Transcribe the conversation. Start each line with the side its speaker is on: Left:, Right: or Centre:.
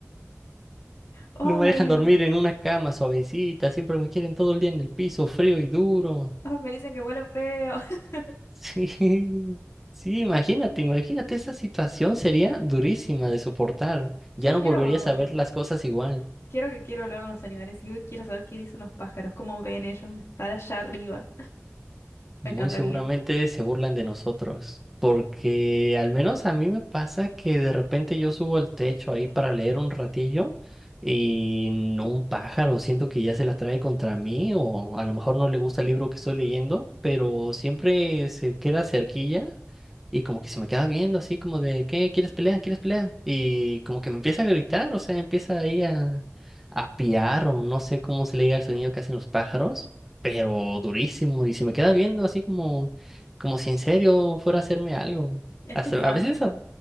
Left: <laughs> Ay,
Centre: No me dejan dormir en una cama suavecita, siempre me quieren todo el día en el piso, frío y duro.
Left: oh, me dicen que huelo feo. <laughs>
Centre: Sí, <laughs> sí, imagínate, imagínate, esa situación sería durísima de soportar. Ya
Left: Yo
Centre: no
Left: quiero,
Centre: volverías a ver las cosas igual.
Left: quiero que quiero hablar con los animales y yo quiero saber qué dicen los pájaros, cómo ven ellos de estar allá arriba.
Centre: Muy
Left: <laughs> Me encantaría.
Centre: seguramente se burlan de nosotros, porque al menos a mí me pasa que de repente yo subo al techo ahí para leer un ratillo y n- un pájaro siento que ya se la trae contra mí o a lo mejor no le gusta el libro que estoy leyendo, pero siempre se queda cerquilla y como que se me queda viendo así como de, ¿qué? ¿Quieres pelea? ¿Quieres pelea? Y como que me empieza a gritar, o sea, empieza ahí a, a piar o no sé cómo se le diga el sonido que hacen los pájaros pero durísimo, y se me queda viendo así como, como si en serio fuera a hacerme algo.
Left: Es
Centre: Hace-
Left: tu fan.
Centre: A veces a-